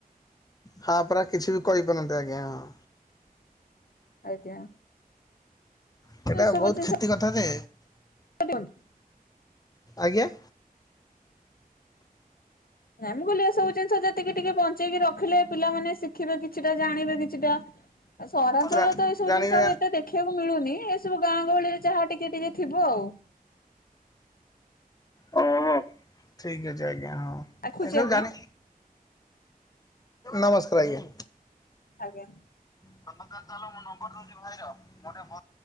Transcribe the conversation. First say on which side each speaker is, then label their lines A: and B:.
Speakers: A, on the left (about 25°); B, on the left (about 70°).
A: ହଁ, ପରା କିଛି ବି କହିପାରନ୍ତି ଆଜ୍ଞା, ହଁ।
B: ଆଜ୍ଞା।
A: ହେଟା
B: ଏ ସବୁ
A: ବହୁତ
B: ଜିନିଷ
A: କ୍ଷତି କଥା ଯେ।
B: <inaudible>
A: ଆଜ୍ଞା!
B: ନାଇଁ ମୁଁ କହିଲି ଏସବୁ ଜିନିଷ ଯେତିକି ଟିକେ ବଞ୍ଚେଇକି ରଖିଲେ ପିଲାମାନେ ଶିଖିବେ କିଛିଟା ଜାଣିବେ କିଛିଟା। <inaudible> ଆ ସହରାଞ୍ଚଳରେ
A: ଜା
B: ତ ଏଇ ସବୁ
A: ଜାଣିବେ
B: ଜିନିଷ ଆଉ ଏତେ ଦେଖିବାକୁ ମିଳୁନି ଏସବୁ ଗାଁ ଗହଳିରେ ଯାହା ଟିକେ ଟିକେ ଥିବ ଆଉ।
A: <unintelligible> ଠିକ୍ ଅଛି ଆଜ୍ଞା। ହଁ
B: ରଖୁଛି
A: ଏସବୁ
B: ଆଜ୍ଞା
A: ଜାଣି ନମସ୍କାର ଆଜ୍ଞା।
B: ଆଜ୍ଞା।
A: ତମେ ତାହେଲେ ଚାଲ ମୁଁ ନମ୍ବର ଦଉଛି ଭାଇର। ମୋର ଟିକେ